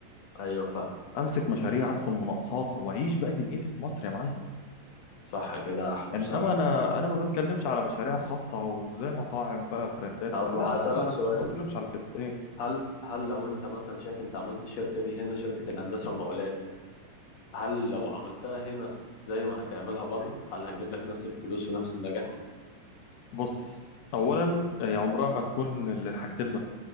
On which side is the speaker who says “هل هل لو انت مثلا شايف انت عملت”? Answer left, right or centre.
Left